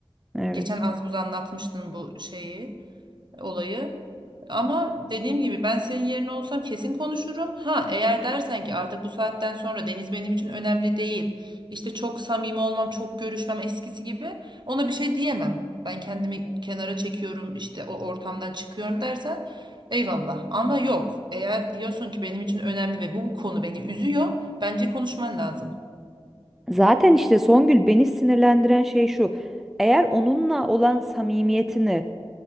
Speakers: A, in the centre; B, on the right.
A: Evet.
B: Geçen az buz anlatmıştın bu şeyi, olayı. Ama dediğim gibi ben senin yerine olsam kesin konuşurum. Ha eğer dersen ki artık bu saatten sonra Deniz benim için önemli değil. İşte çok samimi olmam, çok görüşmem eskisi gibi. Ona bir şey diyemem. Ben kendimi kenara çekiyorum, işte o ortamdan çıkıyorum dersen eyvallah. Ama yok. Eğer diyorsun ki benim için önemli ve bu konu beni üzüyor, bence konuşman lazım.
A: Zaten işte Songül beni sinirlendiren şey şu. Eğer onunla olan samimiyetini